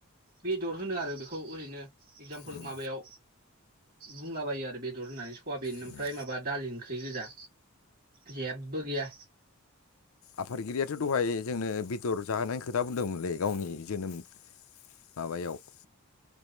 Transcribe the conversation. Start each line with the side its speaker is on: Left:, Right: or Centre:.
Right: बेदर होनो आरो बेखौ ओरैनो एक्जामपोल
Left: उम
Right: माबायाव बुंलाबायो आरो बेदर होननानै सवाबिन
Left: उम
Right: ओमफ्राय माबा दालि ओंख्रि गोजा जेबो गैया।
Left: आफादगिरियाथ' दहाय जोंनो बेदर जाहोनायनि खोथा बुंदोंमोनलै। गावनि जोनोम माबायाव।